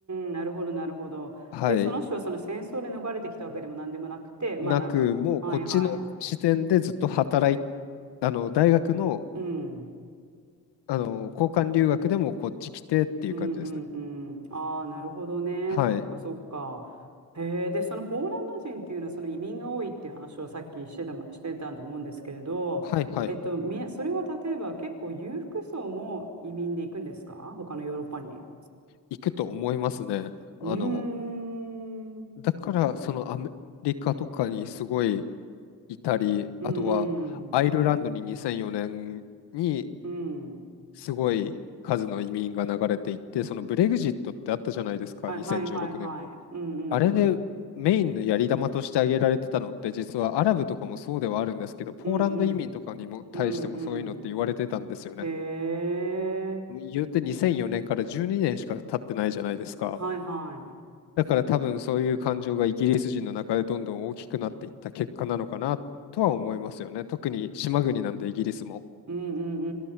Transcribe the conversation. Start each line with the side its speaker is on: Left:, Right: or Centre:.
Right: ん、なるほど、なるほど。
Left: はい。
Right: で、その人はその戦争で逃れてきたわけでも何でもなくて、まあなんか、
Left: なく、もうこっちの視点でずっと働い、
Right: はいはい。
Left: あの、大学の
Right: うん。
Left: あの、交換留学でもこっち来てっていう感じですね。
Right: うんうんうん。ああ、なるほどね。
Left: はい。
Right: そっかそっか。へえ、で、そのポーランド人っていうのはその移民が多いっていう話をさっきしてたま、してたと思うんですけれど、
Left: はいはい。
Right: えっと、み、それは例えば結構裕福層も移民で行くんですか他のヨーロッパに。
Left: 行くと思いますね。
Right: うーん。
Left: あの、
Right: うん
Left: だから、そのアメリカとかにすごいいたり、
Right: うん
Left: あとはアイルランドに2004年に
Right: うん。
Left: すごい数の移民が流れていって、そのブレグジットってあったじゃないですか、
Right: はいはいはいはい。
Left: 2016年の。
Right: うんうん。
Left: あれでメインのやり玉として挙げられてたのって、実はアラブとかもそうではあるんですけど、ポーランド移民とかにも対してもそういうのって言われてたんですよね。
Right: うんうん。うんうん。へえ。
Left: 言うて2004年から12年しか経ってないじゃないですか。
Right: はいはい。
Left: だから多分そういう感情がイギリス人の中でどんどん大きくなっていった結果なのかなとは思いますよね。特に島国なんでイギリスも。
Right: うんうんう